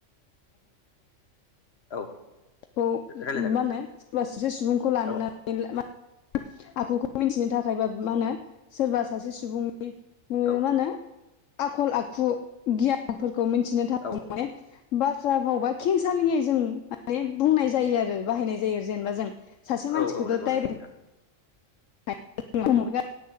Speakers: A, on the left; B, on the left.
A: औ
B: <unintelligible> खौ
A: रायलायजागोन
B: मा
A: नोंथां
B: होनो सोरबा स्रि सुबुंखौ लानो
A: औ
B: <unintelligible> आखुखौ मिथिनो थाखायबा मा होनो सोरबा सासे सुबुं ओ
A: औ
B: मा होनो आखल आखु गियानफोरखौ मिथिनो <unintelligible>
A: औ
B: माने बाथ्रा फावबा खेंसालियै जों ओमफायो बुंनाय जायो आरो बाहायनाय जायो जेनेबा जों सासे
A: औ
B: मानसिखौथ'
A: नंगौ
B: डाइरेक्ट
A: नंगौ नोंथां
B: <unintelligible>